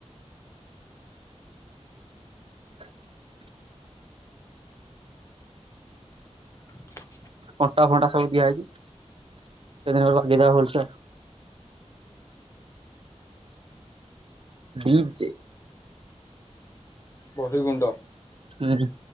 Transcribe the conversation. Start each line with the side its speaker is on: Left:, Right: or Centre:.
Right: <inaudible>
Left: <inaudible>
Right: କଣ୍ଟା ଫଣ୍ଟା ସବୁ ଦିଆହେଇଛି ସେଦିନ <unintelligible> ଭଲସେ ଆଉ। ଡି ଛି।
Left: ବହେ ଗୁଣ୍ଡ।
Right: ହୁଁ ହୁଁ।